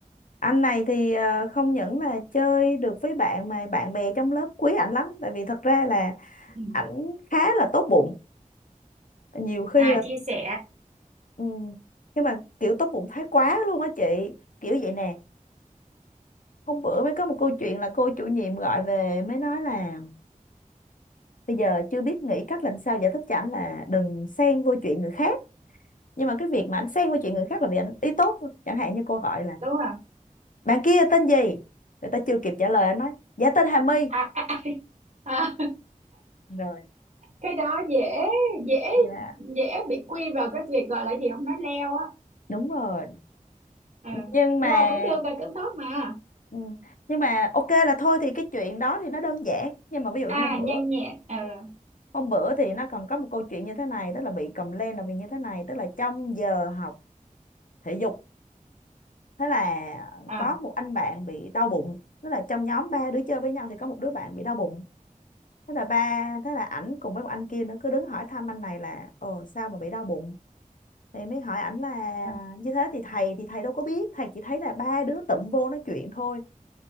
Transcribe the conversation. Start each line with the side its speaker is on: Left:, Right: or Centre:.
Left: anh này thì ờ, không những là chơi được với bạn mà bạn bè trong lớp quý ảnh lắm tại vì thật ra là
Right: ừ.
Left: ảnh khá là tốt bụng nhiều khi
Right: à
Left: là
Right: chia sẻ
Left: ừ. nhưng mà kiểu tốt bụng thái quá luôn á chị kiểu vậy nè hôm bữa mới có một câu chuyện là cô chủ nhiệm gọi về mới nói là bây giờ chưa biết nghĩ cách làm sao giải thích cho ảnh là đừng xen vô chuyện người khác nhưng mà cái việc mà ảnh xen vô chuyện
Right: <laughs>
Left: người khác là vì ảnh ý tốt thôi. chẳng hạn như cô hỏi là
Right: đúng rồi
Left: bạn kia tên gì người ta chưa kịp trả lời anh nói dạ tên Hà My
Right: à, à, à. à,
Left: rồi
Right: cái đó dễ dễ
Left: dạ
Right: dễ bị quy vào cái việc gọi là gì không nói leo á
Left: đúng rồi
Right: Ờ.
Left: nhưng mà
Right: nhưng mà cũng được là cũng tốt mà
Left: ừ, nhưng mà ok là thôi thì cái chuyện đó thì nó đơn giản nhưng mà ví dụ như
Right: à
Left: hôm bữa
Right: nhanh nhẹn ờ
Left: hôm bữa thì nó còn có một câu chuyện như thế này tức là bị complain là vì như thế này tức là trong giờ học thể dục thế là
Right: à
Left: có một anh bạn bị đau bụng tức là trong nhóm ba đứa chơi với nhau thì có một đứa bạn bị đau bụng thế là ba thế là ảnh cùng với một anh kia nữa cứ đứng hỏi thăm anh này là ờ sao mà bị đau bụng thì mới hỏi ảnh là
Right: à
Left: như thế thì thầy thì thầy đâu có biết thầy chỉ thấy là ba đứa tụm vô nói chuyện thôi